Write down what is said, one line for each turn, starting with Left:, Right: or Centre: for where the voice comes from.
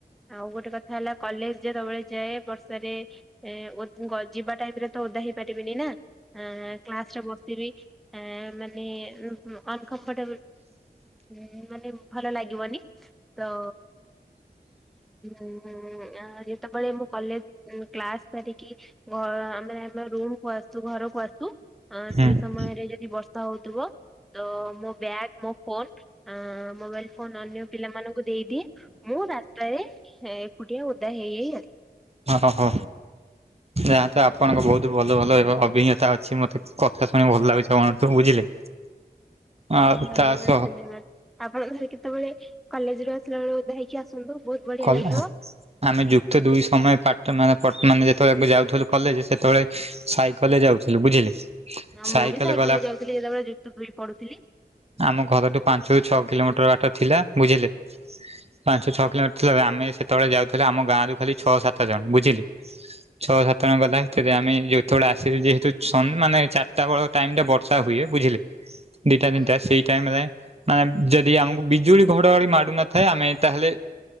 Centre: ଆଉ ଗୋଟେ କଥା ହେଲା, କଲେଜ ଯେତେବେଳେ ଯାଏ, ବର୍ଷାରେ ଏ ମୁଁ ଗ ଯିବା ଟାଇମରେ ତ ଓଦା ହେଇପାରିବିନି ନା ଆଁ କ୍ଲାସ ଟା ବ ବସିବି ଆ ମାନେ ଉଁ ହଁ, ଅନକମ୍ଫର୍ଟେବଲ୍ ମାନେ ଭଲ ଲାଗିବନି, ତ ଉଁ ଆଁ ଯେତେବେଳେ ମୁଁ କଲେଜ କ୍ଲାସ ସାରିକି କି, ଘ ଆମେ ଆମ ରୁମ କୁ ଆସୁ, ଘରକୁ ଆସୁ ଅ
Right: ହଁ
Centre: ସେହି ସମୟରେ ଯଦି ବର୍ଷା ଦଉଥୁବ। ତ ମୋ ବ୍ୟାଗ ମୋ ଫୋନ ଅଁ ମୋବାଇଲ ଫୋନ ଅନ୍ୟ ପିଲାମାନଙ୍କୁ ଦେଇଦିଏ। ମୁଁ ରାସ୍ତାରେ ହେ ଏକୁଟିଆ ଓଦା ହେଇ ହେଇ ଆ
Right: ଓହୋ ଓହୋ ଯାହା ତ ଆପଣଙ୍କ ବହୁତ ଭଲ ଭଲ ଅଭିଜ୍ଞତା ଅଛି ମତେ କଥା ଶୁଣି ଭଲ ଲାଗୁଛି <unintelligible> ବୁଝିଲେ ଆଉ
Centre: ଧନ୍ୟବାଦ
Right: ତା ସହ
Centre: ଧନ୍ୟବାଦ ଆପଣ ଧର କେତେବେଳେ କଲେଜରୁ ଆସିଲା ବେଳେ ଓଦା ହେଇକି ଆସନ୍ତୁ। ବହୁତ ବଢିଆ
Right: କଲା।
Centre: ଲାଗିବ
Right: ଆମେ ଯୁକ୍ତ ଦୁଇ ସମୟ ପାଠ ମାନେ ମାନେ ଯେତେବେଳେ ଯାଉଥିଲୁ କଲେଜ ସେତେବେଳେ ସାଇକେଲ ଯାଉଥିଲୁ ବୁଝିଲେ।
Centre: ନା
Right: ସାଇକେଲ
Centre: ମୁଁ ବି ସାଇକେଲରେ
Right: ଗଲା
Centre: ଯାଉଥିଲ ଯେତେବେଳେ ଯୁକ୍ତ ଦୁଇ ପଢୁଥିଲି।
Right: ଆମ ଘରଠୁ ପାଞ୍ଚରୁ ଛଅ କିଲୋମିଟର ବାଟ ଥିଲା ବୁଝିଲେ ପାଞ୍ଚରୁ ଛଅ କିଲୋମି ଥିଲା ବେ ଆମେ ସେତେବେଳେ ଯାଉଥିଲେ ଆମ ଗାଁ ରୁ ଖାଲି ଛଅ ସାତ ଜଣ ବୁଝିଲେ। ଛଅ ସାତ ଜଣ ଗଲା ଭିତରେ ଆମେ ଯୋଉ ଯେତେବେଳେ ଆସିବେ ଯେହେତୁ ସନ ମାନେ ଚାରିଟା ବେଳ ଟାଇମ ରେ ବର୍ଷା ହୁଏ। ବୁଝିଲେ? ଦିଟା ତିନିଟା
Centre: ଆଜ୍ଞା
Right: ସେଇ ଟାଇମ ରେ ମାନେ ଯଦି ଆମକୁ ବିଜୁଳି ଘଡଘଡି ମାଡୁ ନଥାଏ ଆମେ ତାହେଲେ